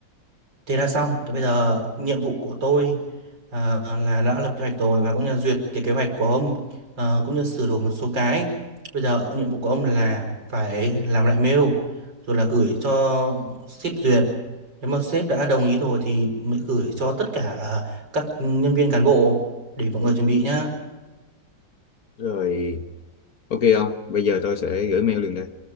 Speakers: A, on the right; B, on the left.
A: Thế là xong. Thế bây giờ nhiệm vụ của tôi à, là đã lập kế hoạch rồi và cũng như là duyệt cái kế hoạch của ông ờ, cũng như sửa đổi một số cái. Bây giờ nhiệm vụ của ông là phải làm lại mail rồi là gửi cho sếp duyệt. Nếu mà sếp đã đồng ý rồi thì mới gửi cho tất cả các nhân viên cán bộ để mọi người chuẩn bị nhá.
B: rồi ok không bây giờ tôi sẽ gửi mail liền đây